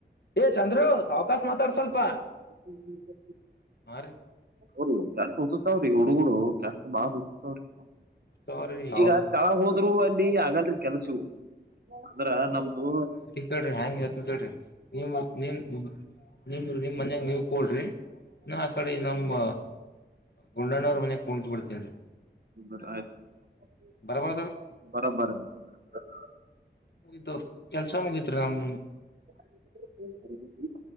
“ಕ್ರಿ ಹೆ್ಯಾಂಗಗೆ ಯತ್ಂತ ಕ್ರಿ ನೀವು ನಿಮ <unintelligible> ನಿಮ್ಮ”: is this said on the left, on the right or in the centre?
Left